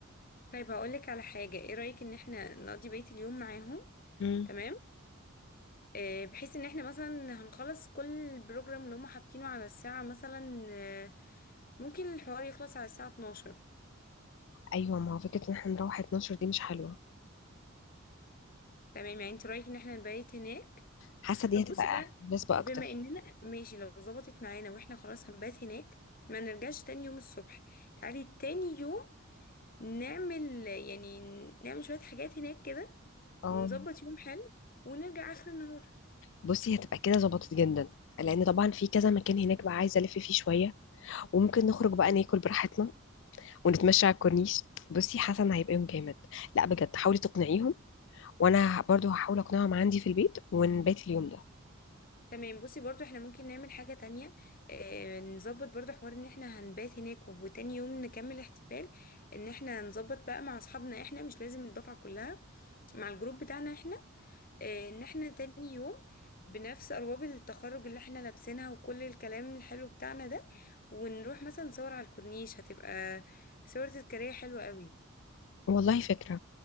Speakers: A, on the left (about 40°); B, on the left (about 55°).
A: طيب هقولك على حاجة ايه رأيك ان احنا نقضي بقية اليوم معاهم
B: مم.
A: تمام آه، بحيث ان احنا مثلا هنخلص كل البروجرام اللي هم حاطينه على الساعة مثلا آه، ممكن الحوار يخلص على الساعة 12
B: ايوه ما هو فكره ان احنا نروح 12 دي مش حلوه
A: تمام يعني انت رأيك ان احنا نبيت هناك
B: حاسه دي
A: طب
B: هتبقى
A: بصي بقى
B: مناسبه
A: بما
B: اكتر
A: اننا ماشي لو ظبطت معانا واحنا خلاص هنبات هناك ما نرجعش تاني يوم الصبح تعالي تاني يوم نعمل يعني نعمل شوية حاجات هناك كده
B: اه
A: ونظبط يوم حلو ونرجع آخر النهار
B: بصي هتبقى كده ظبطت جدا لان طبعا في كذا مكان هناك بقى عايزه الف فيه شويه وممكن نخرج بقى ناكل براحتنا ونتمشى على الكورنيش بصي حسن هيبقى يوم جامد لا بجد حاولي تقنعيهم وانا ه- برضو هحاول اقنعهم عندي في البيت ونبات اليوم ده
A: تمام بصي برضو احنا ممكن نعمل حاجة تانية اه نظبط برضو حوار ان احنا هنبات هناك وتاني يوم نكمل احتفال ان احنا نظبط بقى مع اصحابنا احنا مش لازم الدفعة كلها مع الجروب بتاعنا احنا اه ان احنا تاني يوم بنفس ارواب التخرج اللي احنا لابسينها وكل الكلام الحلو بتاعنا ده ونروح مثلا نصور على الكورنيش هتبقى صورة تذكارية حلوة قوي
B: والله فكرة